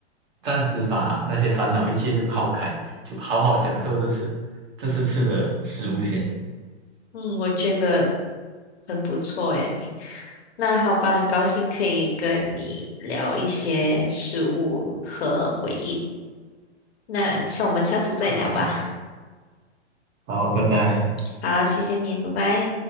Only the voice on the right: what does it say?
暂时把那些烦恼一切就抛开，就好好享受这次这次吃的食物先。
好，好，拜拜。